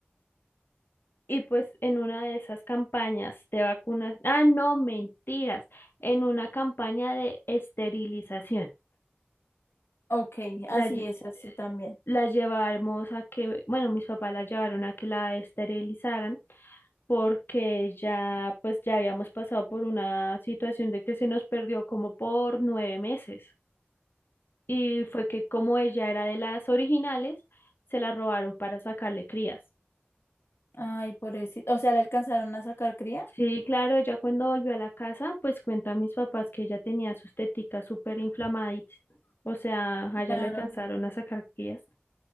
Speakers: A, on the left; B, on the left.
A: Y pues en una de esas campañas de vacunas, ah, no, mentiras, en una campaña de esterilización,
B: Ok, así
A: la, lle-
B: es, así también.
A: la llevamos a que, bueno, mis papás la llevaron a que la esterilizaran porque ya, pues ya habíamos pasado por una situación de que se nos perdió como por nueve meses. Y fue que como ella era de las originales, se la robaron para sacarle crías.
B: Ay, pobrecito. O sea, le alcanzaron a sacar cría.
A: Sí, claro, Ella cuando volvió a la casa, pues cuento a mis papás que ella tenía sus teticas súper inflamaditas, o sea, allá
B: Claro.
A: le alcanzaron a sacar guías.